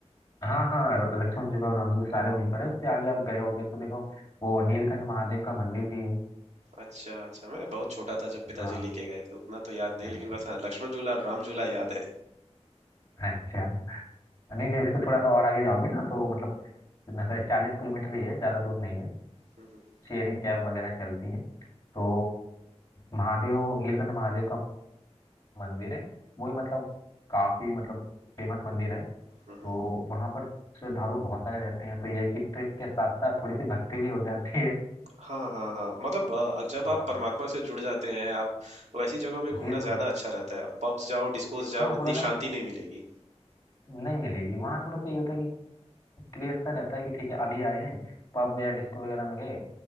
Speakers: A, on the left; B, on the right.
A: हाँ हाँ र- लक्ष्मण झूला और राम झूला सारे वहीं पर है उससे आगे आप गए होगे तो देखो वो नीलकंठ महादेव का मंदिर भी है
B: अच्छा अच्छा मैं बहुत छोटा था जब पिताजी
A: हाँ
B: लेके गए थे उतना तो याद नहीं लेकिन
A: अच्छा
B: बस
A: अच्छा
B: हाँ लक्ष्मण झूला और राम झूला याद है
A: अच्छा नहीं नहीं उससे थोड़ा सा और आगे जाओगे ना तो मतलब कितना सा चालीस किलोमीटर ही है ज़्यादा दूर नहीं है
B: हम्म, हम्म,
A: शेयरिंग कैब वगैरह चलती हैं तो महादेव नीलकंठ महादेव का मंदिर है वो ही मतलब काफ़ी मतलब फेमस मंदिर है तो
B: हम्म। हम्म।
A: वहाँ पर श्रद्धालु बहुत सारे रहते हैं तो ये है कि ट्रिप के साथ साथ थोड़ी सी भक्ति भी हो जाती है
B: हाँ हाँ हाँ मतलब अ, जब आप
A: हाँ
B: परमात्मा से जुड़ जाते हैं आप तो ऐसी जगहों में घूमना
A: बिल्कुल
B: ज्यादा अच्छा रहता है पब्स जाओ डिस्कोस जाओ
A: हाँ
B: उतनी
A: थोड़ा सा
B: शांति नहीं मिलेगी
A: नहीं मिलेगी वहाँ थोड़ा सा ये होता है क्रेज सा रहता है कि ठीक है अभी आए हैं पब या डिस्को वगैरह में गए